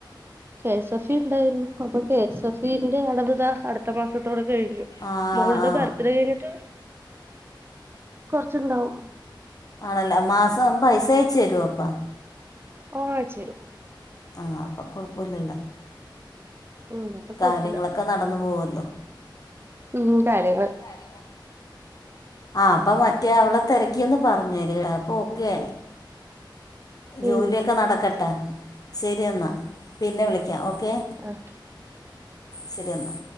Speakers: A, on the right; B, on the left.
A: കെ എസ് എഫ് ഇ ഇണ്ടായിരുന്നു അപ്പൊ കെ എസ് എഫ് ഇന്റെ അടവ്താ അടുത്ത മാസത്തോടെ കയിഞ്ഞു
B: ആ
A: മോളുടെ
B: ആ
A: ബർത്ത്ഡേ കഴിഞ്ഞിട്ട് കൊറച്ചുണ്ടാവും
B: ആണല്ല മാസം പൈസയച്ചരോ അപ്പം
A: ഓ അയച്ചെരും
B: ആഹ് അപ്പൊ കുഴപ്പോല്ല
A: ഉം അപ്പൊ കൊഴപ്പില്ല
B: കാര്യങ്ങളൊക്കെ നടന്നു പോകല്ലോ
A: മ്മ് കാര്യ
B: <unintelligible> ആഹ് അപ്പ മറ്റേ അവളെ തിരക്കിന്ന് പപറഞ്ഞേര് അപ്പൊ ഓക്കെ ജോലിയൊക്കെ
A: ഉം
B: നടക്കട്ടെ ശെരി എന്നാ പിന്നെ വിളിക്കാം ഓക്കേ
A: ആഹ്
B: ശരിയെന്നാ